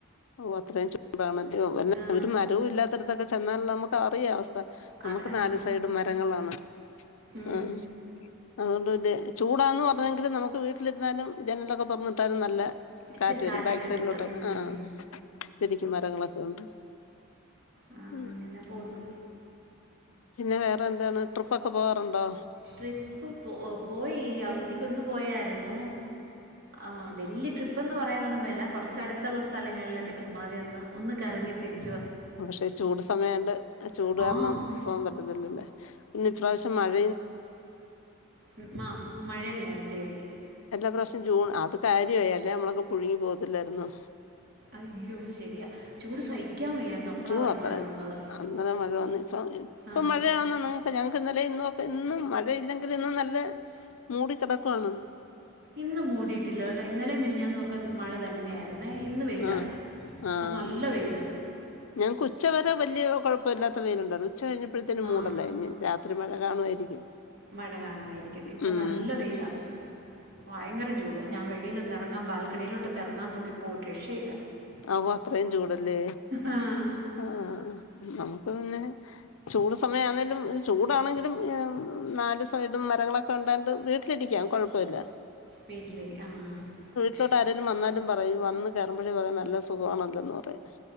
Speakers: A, on the left; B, on the right.
A: ഓ അത്രയും ചൂ ടാണ്. അയ്യോ <unintelligible>
B: ആ
A: ഒരു മരവു ഇല്ലാത്തട്ത്തൊക്കെ ചെന്നാൽ നമു അറിയാ അവസ് നമുക്ക്
B: അതെ ആ
A: നാല് സൈഡും മരങ്ങളാണ്.
B: ഉം.
A: ആ അതൊണ്ട് വല്ല്യ ചൂടാന്ന് പറഞ്ഞെങ്കിലു നമു വീട്ടിലിര്ന്നാലും ജനലൊക്കെ തൊർ ന്ന്ട്ടാലും നല്ല
B: ഇച്ചിരി
A: കാറ്റ് വരും
B: കാറ്റൊക്കെ
A: ബാക്ക് സൈഡിലോട്ട്
B: കിട്ടും ഉം.
A: ആഹ് ആഹ് ശെരി. മരങ്ങളൊക്കെ ഉണ്ട്.
B: ആ
A: അ
B: അങ്ങനെ പോകുന്നു
A: പിന്നെ വേറെ എന്താണ് ട്രിപ്പ് ഒ ക്ക പോവാറ്ണ്ടോ?
B: ട്രിപ്പ് പോ പോയി അവധിക്കൊന്ന് പോയര്ന്നു ആഹ് വലിയ ട്രിപ്പ് ഇപ്പന്ന് പറയാനൊന്നും മേല കുറച്ചടുത്തുള്ള സ്ഥലങ്ങളിലൊക്കെ ചുമ്മാതയ ഒന്ന് ഒന്ന് കറങ്ങി തിരി
A: പക്ഷെ ചൂട് സമയണ്ട് ചൂട്
B: ആ
A: കാരണം പോകാൻ പറ്റത്തില്ലല്ലേ പിന്നെ ഇപ്രാവശ്യം മഴ
B: ഉ ആഹ മഴയ നേരത്തെേത് <unintelligible> ത്തി <unintelligible>
A: നല്ല പ്രശ്ംൂ അത് കാര്യമായി അല്ലേ നമ്മളൊക്കെ പുഴുങ്ങി പോത്തില്ലായിരരുന്നു
B: അയ്യോ ശരിയാ ചൂട് സഹിക്കാൻ വയ്യായിരുന്നു അപ്പോഴാ
A: ൂ
B: ഒരു
A: അത്ര
B: മഴ വന്നത്
A: അന്നലെ മഴ വന്നു ഇപ്പ ഇപ്പ
B: ആ
A: മഴ വന്നാ നി ഞങ്ങക്ക് ഇന്നല ഇന്ന് ഇന്നും മഴയില്ലെങ്കിൽ ഇന്നും നല്ല മൂടി കിടക്കുവാണ്
B: ഇന്ന് മൂടിയിട്ടില്ല കേട്ടോ ഇന്നലെ മ ഞാൻ നോക്ക ഒക്കെ മഴ തന്നെയായിരുന്നു ുന്ന ഇന്ന് വെയിലാ
A: ആഹ്
B: ഇപ്പൊ
A: ആഹ്
B: നല്ല വെയില്
A: ഞങ്ങക്ക് ഉച്ച വരെ വലിയ കുഴപ്പമില്ലാത്ത വെയിലുണ്ടായിരുന്നു കഴിഞ്ഞപ്പോഴേന്
B: ആ
A: മൂടലായി അ രാത്രി മഴ കാണുമായിരിക്കും
B: മഴ കാണുുവായിരിക്കും ഇപ്പൊ
A: ഉം
B: നല്ല വെയിലാ ഭയങ്കരം ചൂട് ഞാൻ വെളിയിലൊന്ന് ഇറങ്ങാൻ ബാൽക്കണിയിലോട്ട് ഇറങ്ങാൻ നോക്കിപ്പോ ഒരു രക്ഷയില്ല
A: അപ്പ അത്രയും ചൂടല്ലേ
B: ആ
A: ആ നമുക്ക് പിന്നെ ചൂട് സമയം ആണെേലും ചൂടാണെങ്കിലും നാലല് സൈഡും മരങ്ങളൊക്കെ ഉണ്ടായണ്ട് വീട്ടിലിരിക്കാം കുഴപ്പമില്ല
B: വീട്ടില ആഹ <unintelligible>
A: ഇഷോട്ട് ആേും വാലുംയുംൂ വന്ന് കറുമ്പഴ പറ <unintelligible> നല്ല സുഖമാണല്ലോന്ന് പറയാ